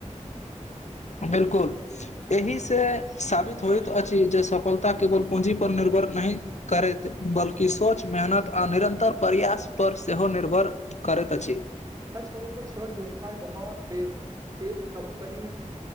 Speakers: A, on the left; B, on the right.
A: बिल्कुल एहि से साबित होइत अछि जे सफलता केवल पूंजी पर निर्भर नहि करैत बल्कि सोच मेहनत आ निरन्तर प्रयास पर सेहो निर्भर करत अछी
B: सच कहू तो छोट व्यवसाय बहुत बे एक कम्पनी के